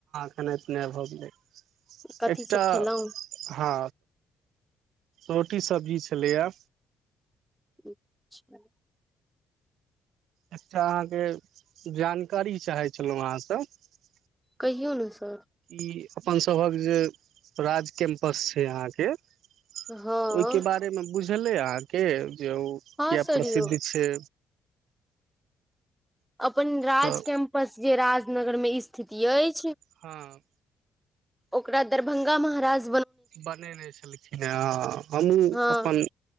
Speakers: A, on the right (about 80°); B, in the centre.
A: खैनय पीनाय भ गेलै
B: कथी
A: एकटा
B: सब खेलहुँ
A: हँ रोटी सब्जी छलैए
B: अच्छा
A: एकटा अहाँके जानकारी चाहै छलहुँ अहाँस
B: कहियौ ने सर
A: ई अपन सभक जे राज कैम्पस छै अहाँके ओहिके
B: हँ
A: बारेमे बुझलै आर के यौ
B: हँ
A: किया
B: सर
A: प्रसिद्ध
B: यौ
A: छै
B: अपन अपन राज
A: तऽ
B: कैम्पस जे राज नगर मे ई स्थिति अछि
A: हँ
B: ओकरा दरभङ्ंगा महराज
A: बनेने छलखिन हे ह हमहुँ
B: हँ
A: अपन